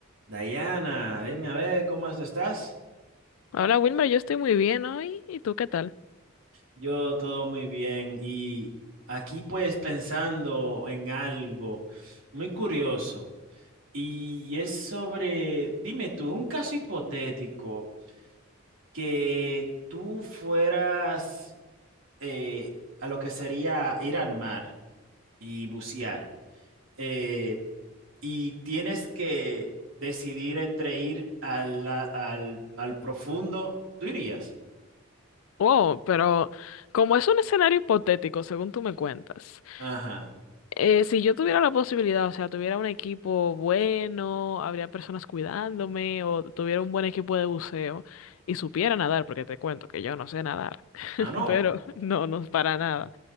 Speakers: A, on the right; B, on the left.
A: Diana, dime a ver cómo esto estás.
B: Hola Wilmer, yo estoy muy bien hoy. ¿Y tú qué tal?
A: Yo todo muy bien y aquí pues pensando en algo muy curioso y es sobre, dime tú, un caso hipotético que tú fueras eh, a lo que sería ir al mar y bucear eh, y tienes que decidir entre ir al, al, al profundo, ¿tú irías?
B: Wow, pero como es un escenario hipotético, según tú me cuentas,
A: Ajá.
B: eh, si yo tuviera la posibilidad, o sea, tuviera un equipo bueno, habría personas cuidándome, o tuviera un buen equipo de buceo y supiera nadar, porque te cuento que yo no sé nadar, <laughs>
A: Ah, no.
B: pero no, no es para nada.